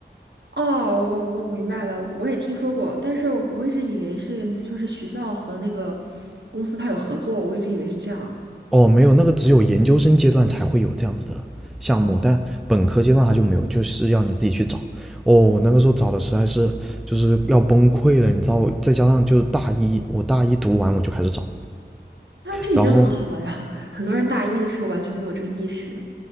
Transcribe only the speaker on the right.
哦，我我明白了，我也听说过，但是我一直以为是就是学校和那个公司他有合作，我一直以为是这样。
哦，
那这已经很好了呀，
很多人大一的时候完全没有这个意识。